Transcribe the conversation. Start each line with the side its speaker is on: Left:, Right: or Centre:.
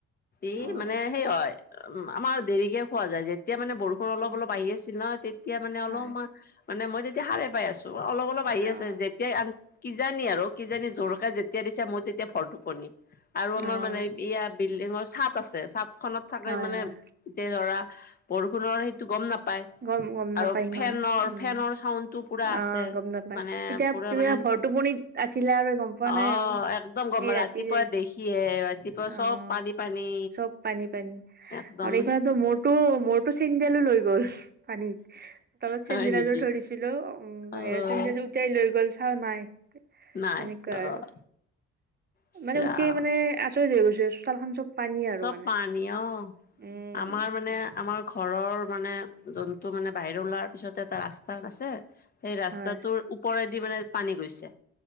Left: এই
Right: অ',
Left: মানে হেৰি হয় উম আমাৰ দেৰিকে শুৱা যায় যে তেতিয়া মানে বৰষুণ অলপ
Right: উম,
Left: অলপ আহি আছিল ন, তেতিয়া মানে
Right: হয়।
Left: অলপমান মানে মই তেতিয়া সাৰে পাই আছো, অলপ অলপ আহি
Right: অ',
Left: আছে যেতিয়াই আ কিজানি আৰু কিজানি জোৰকে যেতিয়া দিছে, মই তেতিয়া ভৰটোপনি। আৰু আমাৰ
Right: অ',
Left: মানে এইয়া বিল্ডিঙৰ চাট আছে, চাট খনত থাকে
Right: হয়,
Left: মানে
Right: হয়,
Left: এতিয়া ধৰা, বৰষুণৰ সেইটো গম নাপায়।
Right: গম গম
Left: আৰু
Right: নাপাই ইমান
Left: ফেনৰ
Right: উম
Left: ফেনৰ চাউণ্ডটো পুৰা
Right: আহ
Left: আছে
Right: গম নাপায়।
Left: মানে
Right: এতিয়া
Left: পুৰা
Right: তুমি
Left: মানে
Right: এয়া ভৰটোপনিত আছিলা আৰু গম পোৱা নাই
Left: অ
Right: আৰু
Left: একদম গম
Right: সেই ৰাতি
Left: ৰাতিপুৱা
Right: যাই
Left: দেখিহে ৰাতিপুৱা
Right: অ'
Left: চব পানী পানী
Right: চব পানী পানী
Left: একদম
Right: আৰু এইফালেতো মোৰ তো মোৰতো চেণ্ডেলো লৈ গ'ল পানীত, তলত
Left: হয়
Right: চেণ্ডেল
Left: নেকি?
Right: এযোৰ থৈ দি ছিলো উম বাহিৰৰ
Left: অ'
Right: চেণ্ডেল উটাই লৈ গল চোৱা নাই তেনেকোৱা
Left: নাই অ'
Right: আৰু।
Left: ইচৰাম
Right: মানে উঠি মানে আচৰিত হৈ গৈছো চোতালখন চব পানী আৰু
Left: চব
Right: মানে
Left: পানী অ'।
Right: উম।
Left: আমাৰ মানে আমাৰ ঘৰৰ মানে জন্তু মানে বাহিৰত ওলোৱাৰ পিছত এটা ৰাস্তাত আছে সেই ৰাস্তাটোৰ
Right: হয়
Left: ওপৰেদি মানে পানী গৈছে।